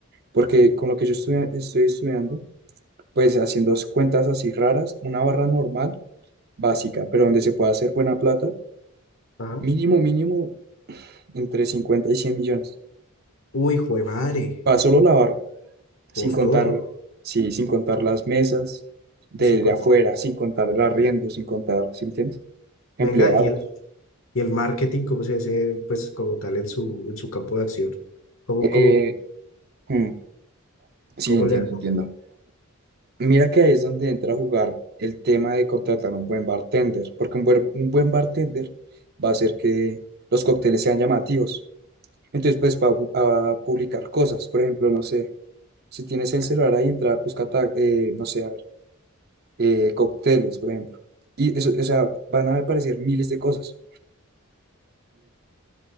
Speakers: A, on the right (about 45°); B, on the left (about 65°).
A: Porque con lo que yo estudia- estoy estudiando, pues haciendo cuentas así raras, una barra normal, básica, pero donde se puede hacer buena plata,
B: ajá.
A: mínimo, mínimo, entre 50 y 100 millones.
B: Uy, hijo de madre,
A: Para solo la barra, sin
B: costoso.
A: contar, sí, sin contar las mesas de,
B: Sí, con-
A: de afuera, sin contar el arriendo, sin contar, ¿sí me entiendes? Empleados.
B: Venga, y el, y el marketing, ¿cómo se dice, pues, como tal en su, en su campo de acción? ¿Cómo,
A: Eh,
B: cómo,
A: mm, sí,
B: cómo
A: entiendo,
B: le haces?
A: entiendo. Mira que ahí es donde entra a jugar el tema de contratar un buen bartender, porque un buen, un buen bartender va a hacer que los cócteles sean llamativos. Entonces, pues, va a, bu- a publicar cosas. Por ejemplo, no sé, si tienes el celular ahí, entra, busca, ta- eh, no sé, a ver, eh, cócteles, por ejemplo. Y eso, o sea, van a aparecer miles de cosas.